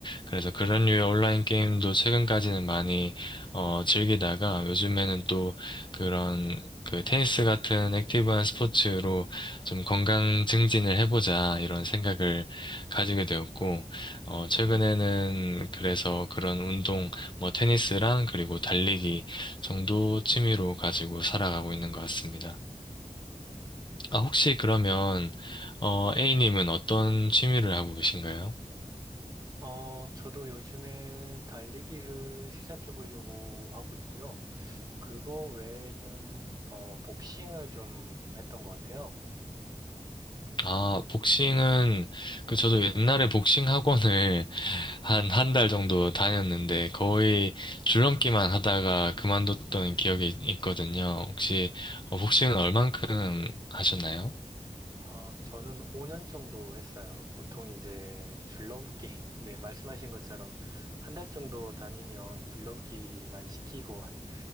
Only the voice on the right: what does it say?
어, 저도 요즘에 달리기를 시작해 보려고 하고 있고요. 그거 외에는, 어, 복싱을 좀 했던 것 같아요.
아, 저는 5년 정도 했어요. 보통 이제 줄넘기, <laughs> 네, 말씀하신 것처럼 한 달 정도 다니면 줄넘기만 시키고 한